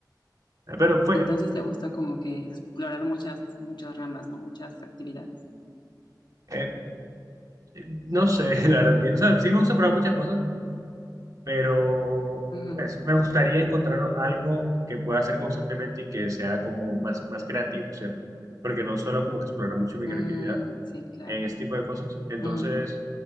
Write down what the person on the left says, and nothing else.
entonces te gusta como que explorar muchas, muchas ramas, ¿no? Muchas actividades.
Ujú.
Mm,
sí, claro.
Ujú.